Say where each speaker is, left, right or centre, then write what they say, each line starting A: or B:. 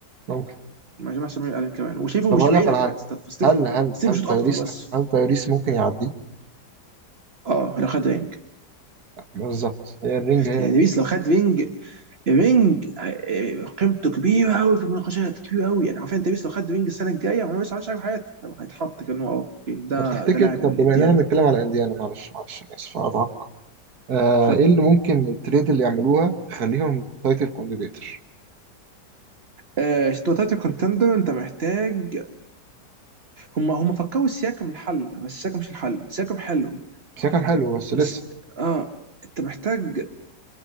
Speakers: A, on the right; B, on the right.
A: ممكن
B: مع جماعه احسن من ميري الن كمان وشايفه
A: طب
B: مش
A: هقول
B: بعيد
A: لك على
B: على فكره
A: حاجة
B: عن ستاف ستيف
A: هل هل
B: ستيف
A: هل
B: بيشوط
A: تايريس
B: اكتر بس
A: هل تايريس ممكن يعديه
B: اه لو خد رينج
A: بالظبط هي الرينج هي
B: تبيس لو خد رينج رينج آه، قيمته كبيره قوي في المناقشات كبيره قوي يعني عارفين تبيس لو خد رينج السنه الجايه ما هو لسه مش عارف حياته هيتحط كانه اه أوكي، ده
A: طب تفتكر
B: ده لاعب
A: طب
B: الانديانا
A: بما اننا بنتكلم على انديانا معلش معلش انا اسف اتعق آه
B: خد
A: ايه اللي ممكن التريد اللي يعملوها تخليهم تايتل كونديديتر
B: آه، وتلاته كونتندر انت محتاج هم هم فكروا السياكم الحل بس السياكم مش الحل السياكم حلو
A: بس هي كان حلو بس لسه
B: بس اه انت محتاج